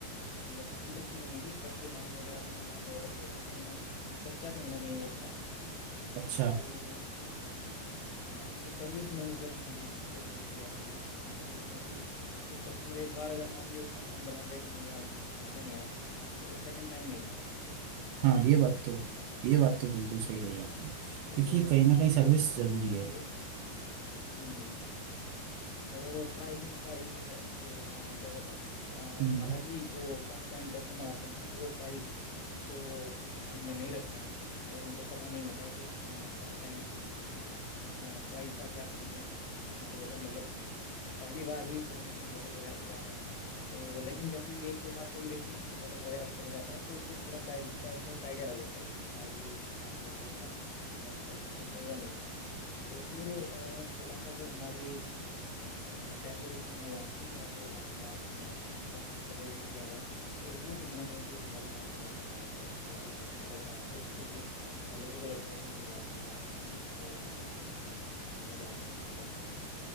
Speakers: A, on the left (about 85°); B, on the right (about 80°).
A: मतलब सब्जी तो अच्छी बनी थी बट जो नान वगैरह था मैं नान ऑर्डर किया था तो नान कच्चा कहीं ना कहीं वो था
B: अच्छा
A: तो हाँ तो सर्विस में मतलब कहीं भी किसी तरीके की ऐसे इशू क्योंकि फिर कस्टमर एक बार अगर मान ले उसने मन बना लिया कि नहीं यार मज़ा नहीं आया तो सेकंड टाइम नहीं आएगा
B: हाँ
A: ये
B: ये
A: डेफिनेटली
B: बात तो
A: है
B: ये बात तो बिल्कुल सही कही आपने क्योंकि
A: तो
B: कहीं ना कहीं सर्विस
A: ये थोड़ी
B: जरूरी
A: सी चीज़ें
B: है
A: हम्म हम्म और प्राइसिंग का इशू है ये, अ, ज़्यादातर अ,
B: हम्म
A: हालांकि जो फर्स्ट टाइम कस्टमर आते हैं वो प्राइस को ध्यान में नहीं रखते हैं और उनको पता नहीं होता है कि फर्स्ट टाइम प्राइस का क्या सीन है मतलब अगर मतलब पहली बार ही कहीं ना कहीं होटल वगैरह पे जा रहे हैं तो लेकिन जैसे ही एक दो बार कोई व्यक्ति किसी होटल वगैरह पे चला जाता है तो फिर थोड़ा प्राइसिंग का उसको एक आइडिया लग जाता है कि अच्छा ये अ, मेरे को इतना कॉस्टली है या नहीं है तो फिर अ, थोड़ा सा जो हमारी डेकोरेशन है वहाँ की या जो वहाँ का हमने इंफ्रास्ट्रक्चर रेडी किया हुआ है तो वो कहीं ना कहीं फिर हमारी जान बचा पाता है अगर थोड़ा सा कॉस्टली लग रहा है तो उसको फिर अ, लोगों को लगता है कि नहीं यार थोड़ा सा कहीं ना कहीं अच्छा बनाया हुआ है तो मज़ा आ गया यहाँ पे बैठ करके